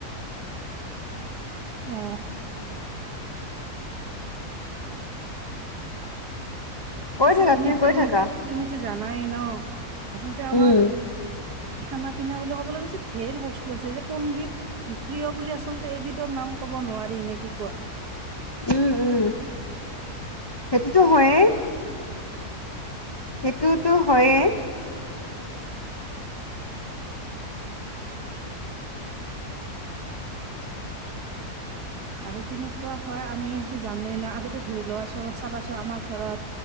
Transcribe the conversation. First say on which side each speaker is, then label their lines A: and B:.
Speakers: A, on the right; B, on the left.
A: অ
B: কৈ
A: পিছে
B: থাকা
A: তুমিতো-তুমিতো
B: তুমি কৈ থাকা
A: জানাই ন আচলতে আমাৰ
B: উম
A: খানা-পিনা বুলি ক'বলৈ গৈছে, ঢেৰ বস্তু আছে যে কোনবিধ প্ৰিয় বুলি আচলতে এবিধৰ নাম ক'ব নোৱাৰি। নে কি কোৱা?
B: উম, উম। সেইটোতো হয়ে। সেইটোতো হয়য়ে।
A: আৰু কেনেকুৱা হয় আমিতো জানোৱেই ন, আগতে ধৰি লোৱা ছ চাবাছোঁ আমাৰ ঘৰত